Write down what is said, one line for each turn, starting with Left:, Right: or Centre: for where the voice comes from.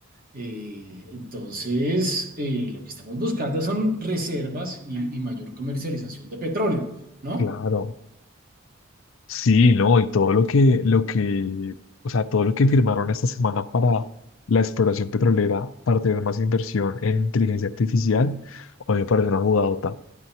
Right: Eh, entonces, eh, lo que estamos buscando son reservas y, y mayor comercialización de petróleo, ¿no?
Left: claro. Sí, no, y todo lo que, lo que, o sea, todo lo que firmaron esta semana para la exploración petrolera, para tener más inversión en inteligencia artificial, a mí me parece una jugadota,